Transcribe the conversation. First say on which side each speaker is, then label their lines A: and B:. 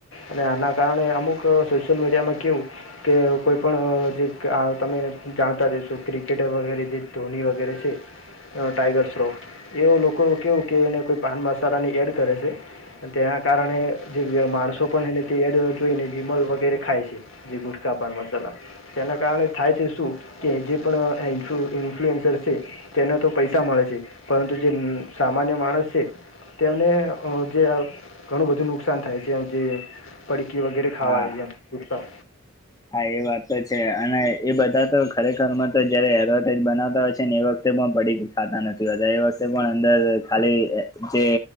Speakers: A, on the left; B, on the left.
A: અને આના કારણે અમુક સોશિયલ મીડિયામાં કેવું કે કોઈ પણ અ જે ગા તમે જાણતા જ હશો, ક્રિકેટર વગેરે જે ધોની વગેરે છે એમાં ટાઈગર શ્રોફ એવ લોકો કેવું કે, એને કોઈ પાન મસાલાની એડ કરે છે. તેના કારણે જે વ્ય માણસો પણ એને તે એડ જોઈને જીમલ વગેરે ખાય છે, જે ગુ પાન મસાલા તેના કારણે થાય છે શું કે, જે પણ એન્ફ્લુ ઇન્ફ્લુએન્સર છે તેને તો પૈસા મળે છે, પરંતુ જે મ સામાન્ય માણસ છે તેને અ જે અ ઘણું બધું નુકસાન થાય છે, અ જે પરી કી વગેરે ખાવા
B: હા
A: રેય એમ ગુટકા.
B: હા, એ વાત તો છે. અને એ બધા તો ખરેખરમાં, તો જયારે એડવેટાઈઝ બનાવતા હોય છે ને, એ વખતે મા પડીકુ ખાતા નથી, એને વસે પણ અંદર ખાલી જે